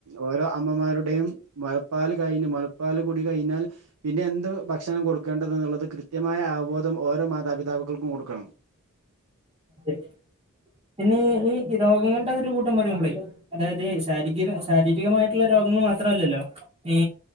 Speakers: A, on the right; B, on the right.
A: ഓരോ അമ്മമാരുടെയും മുലപ്പാല് കഴിഞ്ഞ് മുലപ്പാൽ കൂടി കഴിഞ്ഞാൽ പിന്നെ എന്ത് ത് ഭക്ഷണം കൊടുക്കേണ്ടത് ന്നുള്ളത് കൃത്യമായ അവബോധം ഓരോ മാതാപിതാക്കാക്കൾക്കും കൊടുക്കണം
B: തെ പിന്നെ ഈ രോഗങ്ങളുടെ ഒരു കൂട്ടം പറയുമ്പോളേ അതായത് ശാരീരി ശാരീരികമായിട്ടുള്ള രോഗങ്ങൾ മാത്രല്ലല്ലോ ഈ